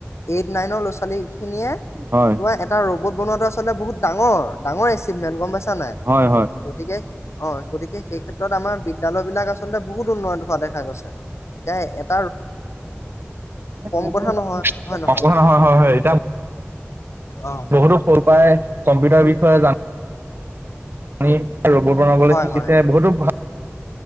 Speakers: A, on the left; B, on the right.
A: এইট নাইনৰ ল'ৰা ছোৱালী খিনিয়ে
B: হয়।
A: তোমাৰ এটা ৰবট বনোৱাতটো আচলতে বহুত ডাঙৰ-ডাঙৰ এচিভমেট গম পাই নাই।
B: হয়
A: গতিকে অ গতিকে সেই ক্ষেত ত আমাৰ বিদ্যালয়বিলাক আছলতে বহুত উন্নয়ন। হোৱা দেখা গৈছে। এ <unintelligible>
B: সংণ
A: কথা নহয় হয় নহয়
B: হয় হয় হয় এতিয়া
A: অ
B: বহুতো ফৰু পৰাই কম্পিউটাৰ বিষয়ে জান <inaudible> পান ৰ'বট বনাবলৈ
A: হয়
B: শিকিছে
A: হয়
B: বহুতোাল ভাল